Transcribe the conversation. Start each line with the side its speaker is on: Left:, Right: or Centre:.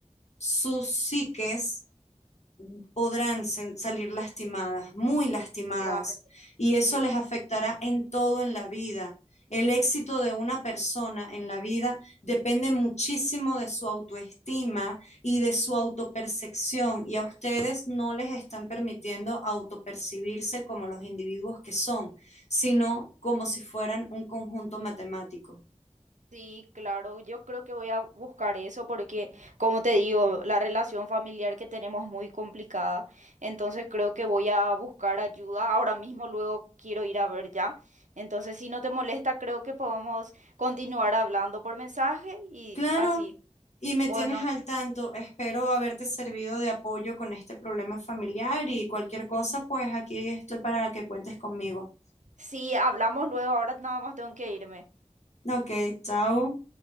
Left: sus psiques podrán salir lastimadas, muy lastimadas,
Right: Claro,
Left: y eso
Right: sí.
Left: les afectará en todo en la vida. El éxito de una persona en la vida depende muchísimo de su autoestima y de su autopercepción, y a ustedes no les están permitiendo autopercibirse como los individuos que son, sino como si fueran un conjunto matemático.
Right: Sí, claro, yo creo que voy a buscar eso porque, como te digo, la relación familiar que tenemos es muy complicada, entonces creo que voy a buscar ayuda. Ahora mismo luego quiero ir a ver ya. Entonces, si no te molesta, creo que podemos continuar hablando por mensaje y
Left: Claro,
Right: así.
Left: y me
Right: Bueno,
Left: tienes al tanto. Espero haberte servido de apoyo con este problema familiar y cualquier cosa, pues aquí estoy para que cuentes conmigo.
Right: sí, hablamos luego, ahora nada más tengo que irme.
Left: Ok, chao.